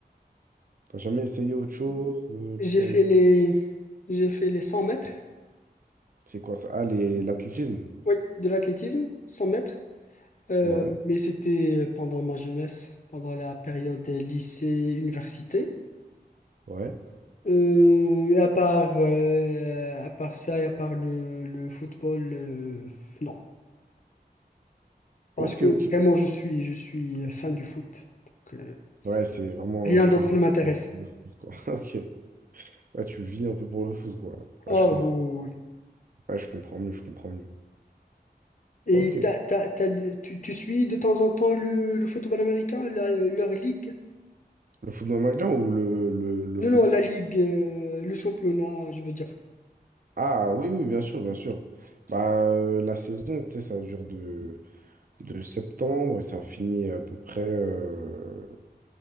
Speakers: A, on the right (about 55°); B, on the left (about 50°).
A: T'as jamais essayé autre chose? euh,
B: j'ai
A: ton-
B: fait les, j'ai fait les 100 mètres,
A: C'est quoi ça? Ah, les- l'athlétisme.
B: oui, de l'athlétisme, 100 mètres, Euh,
A: Ouais,
B: mais c'était pendant ma jeunesse, pendant la période lycée-université.
A: ouais.
B: Euh, et à part, euh, à part ça et à part le, le football, euh, non. Parce
A: Ok,
B: que
A: ok.
B: vraiment, je suis, je suis euh, fan du foot. Donc, euh,
A: Ouais, c'est vraiment.
B: rien
A: Tu
B: d'autre
A: vis
B: ne m'intéresse.
A: pour le foot, quoi. <laughs> Ok. Ouais, tu vis un peu pour le foot, quoi. Ouais,
B: Ah
A: je
B: oui.
A: comprends.
B: oui, oui.
A: Ouais, je comprends mieux, je comprends mieux.
B: Et
A: Ok.
B: t'as- t'as- t'as- tu, tu suis de temps en temps le, le football américain, la- leur ligue?
A: Le football américain ou le, le, le
B: Non,
A: foot?
B: non, la ligue, euh, le championnat, je veux dire.
A: Ah, oui, oui, bien sûr, bien sûr. Bah, euh, la saison, tu sais, ça dure de, de septembre et ça finit à peu près. euh,